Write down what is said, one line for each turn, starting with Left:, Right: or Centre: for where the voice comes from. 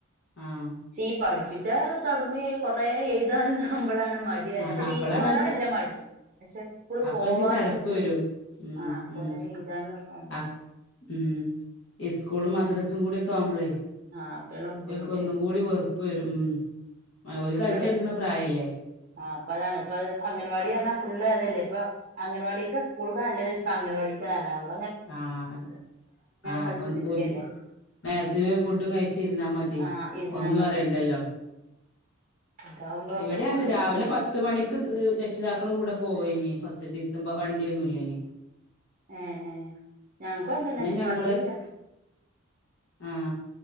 Left: ആഹ്
Right: ചീ പഠിപ്പി റ്റാ തൊടങ്ങി കൊറേ എഴുതാനും ആവുമ്പളാണ് മടിവരാ
Left: ആഹ്
Right: അപ്പൊ ടീച്ചർമാരോടല്ല
Left: അപ്പളാണ് ഓൽക്ക്
Right: മടി പക്ഷേ സ്കൂള്
Left: അപ്പൊ
Right: പോവാന്ണ്ട്ങ്ങണ്ടേ
Left: എനിക്ക് ചടപ്പ് വരും ഉം
Right: ആഹ് കൊറേ
Left: ഉം
Right: എഴുതാനും ഒക്കെ ആവുമ്പോ
Left: അപ് ഉം ഇസ്കൂളും മദ്രാസും കൂടിഒക്കെ ആവുമ്പളേ
Right: ആഹ് അപ്പള്ള ബുദ്ധിമുട്ട്
Left: ഓൽക്കൊന്നും കൂടി വെറുപ്പ് വരും ഉം അ ഓല് കൽച്ചടക്ക്ണ
Right: ഇബടെ
Left: പ്രായല്ലേ
Right: ആഹ് അപ്പോ അതാണ് ഇപ്പത് അഠഗൻവാടി അർഞ്ഞാ ഫുള്ള് അതല്ലേ ഇപ്പൊ അംഗൻവാടിക്കാ സ്കൂൾക്കാ നല്ലത് <unintelligible> അംഗൻവാടി <unintelligible>
Left: ആഹ് അതെ ആഹ്
Right: കളിച്ചു
Left: ഓൻ
Right: കുത്തിരിക്കല്ലേ
Left: ഓൽ നേര്ത്തിന് ഫുഡും കഴിച്ചിര്ന്നാ മതി
Right: ആഹ് ഇരുന്നാ
Left: ഒന്നും
Right: മതി
Left: അറിയണ്ടല്ലോ
Right: ഇതാവുമ്പോ
Left: ഇവടിം അങ്ങൻതന്നെ
Right: കുറച്ച്
Left: രാവിലെ
Right: ബുദ്ധിമുട്ട്
Left: പത്ത് മണിക്ക് തീ രക്ഷിതാക്കൾ കൂടും. പോയിനീ ഫസ്റ്റ്ത്തെ ദിവസം വണ്ടിയൊന്നുല്ലേയ്നി
Right: ഏഹ് ഏഹ് ഞങ്ങക്കും അങ്ങൻതന്നെ
Left: ഞങ്ങള്
Right: വണ്ടില്ല
Left: ആഹ്